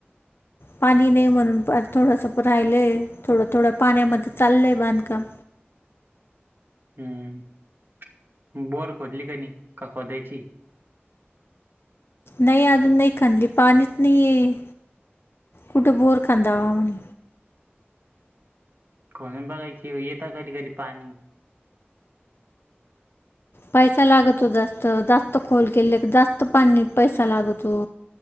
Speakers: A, on the left; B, on the right.
A: पाणी नाही म्हणून थोडंसं राहिलंय थोडं थोडं पाण्यामध्ये चाललंय बांधकाम.
B: हम्म बर खोदली का नाही का खोदायची.
A: नाही अजून नाही खनली पाणीच नाहीये. गुठ बोर कंदा होवा म्हण.
B: खणून बघायची येेत कधी कधी पाणी.
A: पैसा लागतो जास्त जास्त खोल केले जास्त पाणी पैसा लागतो.